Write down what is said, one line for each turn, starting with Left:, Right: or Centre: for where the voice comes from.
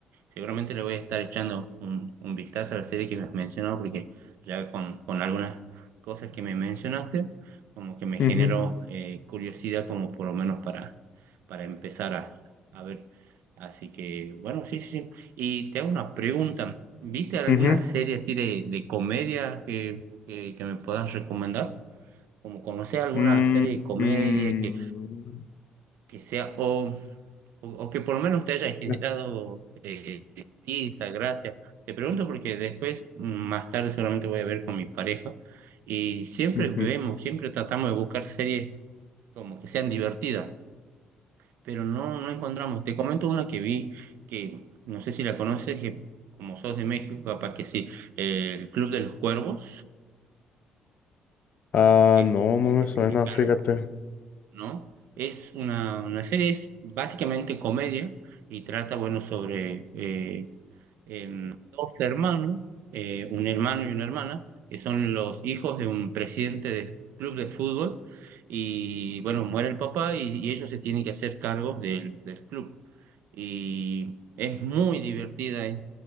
Right: seguramente le voy a estar echando un, un vistazo a la serie que me has mencionado, porque ya con, con algunas cosas que me mencionaste, como que me
Left: ujú,
Right: generó
Left: ujú,
Right: eh, curiosidad como por lo menos para para empezar a, a ver. Así que, bueno, sí, sí, sí. Y te hago una pregunta. ¿Viste alguna
Left: ujú.
Right: serie así de, de comedia que, que, que me puedas recomendar? Como conocer alguna
Left: Mm,
Right: serie de comedia
Left: mm,
Right: que, que sea, o, o, o que por lo menos te haya generado
Left: ya,
Right: eh, risa, gracia. Te pregunto porque después, mm, más tarde seguramente voy a ver con mi pareja y siempre
Left: ujú.
Right: vemos, siempre tratamos de buscar series como que sean divertidas. pero no, no encontramos. Te comento una que vi, que no sé si la conoces, que como sos de México, capaz que sí, eh, el Club de los Cuervos,
Left: Ah,
Right: que es
Left: no,
Right: justamente
Left: no me suena,
Right: mexicana,
Left: fíjate.
Right: ¿no? Es una, una serie, es básicamente comedia y trata, bueno, sobre eh, em, dos hermanos, eh, un hermano y una hermana, que son los hijos de un presidente del club de fútbol. Y bueno, muere el papá y, y ellos se tienen que hacer cargos del del club. y es muy divertida, es,